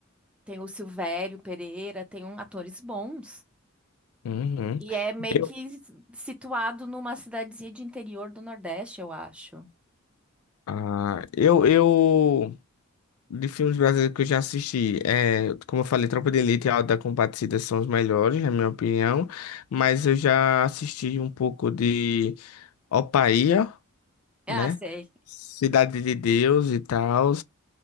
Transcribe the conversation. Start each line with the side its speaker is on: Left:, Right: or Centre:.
Centre: tem o Silvério Pereira, tem um, atores bons.
Left: uhum.
Centre: E é meio
Left: Eu,
Centre: que situado numa cidadezinha de interior do Nordeste, eu acho.
Left: ah, eu, eu, de filmes brasileiros que eu já assisti, é, como eu falei, Tropa de Elite e Auto da Compadecida são os melhores, na minha opinião, mas eu já assisti um pouco de Opaía,
Centre: Ah,
Left: né?
Centre: sei.
Left: Cidade de Deus e tal,